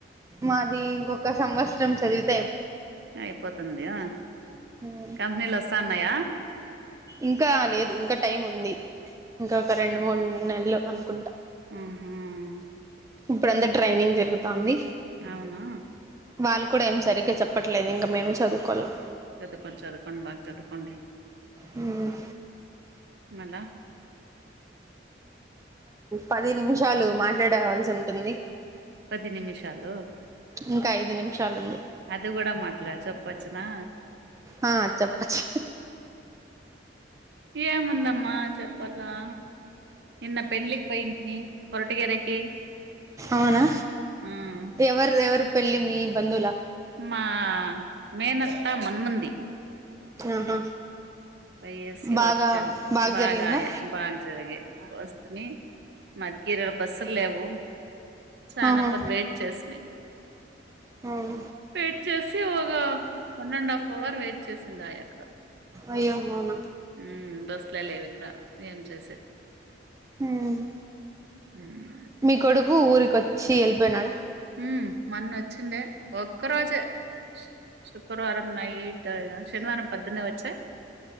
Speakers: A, on the right; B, on the right.
A: మాదీ ఇంగొక్క సంవత్సరం చదివిద్
B: అయిపోతుంది ఆ
A: మ్మ్.
B: కంపినీల్ వస్తాన్నాయా
A: ఇంకా లేదు ఇంక టైం ఉంది ఇంక ఒక రెండు మూడ్ నెల్లు అనుకుంటా
B: ఊఁ హుమ్
A: ఇప్పుడంద ట్రైనింగ్ జరుగుతాంది
B: అవునా
A: వాళ్ కూడ ఏం సరిగ్గా చెప్పట్లేద్ ఇంకా మేమే చదువుకోలం
B: చదుకోండి చదుకోండ్ బాగ్ చదుకోండి
A: ఉమ్
B: మళ
A: పది నిమిషాలు మాట్లాడేవాల్సి ఉంటుంది
B: పది నిమిషాలూ
A: ఇంకా ఐదు నిమిషాలుంది
B: అదు గుడ మాట్లా చొప్పచ్చునా
A: ఆ చెప్పచ్చు
B: ఏముందమ్మా చెప్పాలా నిన్న పెళ్లిక్ పోయింటిని కొరటిగెరకీ
A: ఔనా
B: ఉమ్
A: ఎవర్ రెవర్ పెళ్లి మీ బంధులా
B: మా మేనత్తా మన్మంది
A: ఆహా
B: పోయేసీ
A: బాగా
B: వచ్చాం
A: బాగా
B: బాగాయ
A: జరిగిందా
B: బాగ్ జరిగే వస్తునీ మాద్ కిరర్ బస్సుల్లేవూ చానా
A: ఆహా
B: ఖోత్ వెయిట్ చేస్మీ
A: హాఁ
B: వెయిట్ చేసి ఒగా one and half hour wait చేసిందాయ అక్కడ
A: అయ్యో అవునా
B: ఉమ్ బస్ లే లేవిక్డ ఏం చేసేది
A: హుమ్
B: ఉమ్
A: మీ కొడుకూ ఊరికొచ్చీ ఎళ్ళిపోయినాడ
B: ఉమ్ మన్నొచ్చిండే ఒక్క రోజే శుక్ శుక్రవారం నైట్ ఆయ శనివారం పద్దన్నే వచ్చే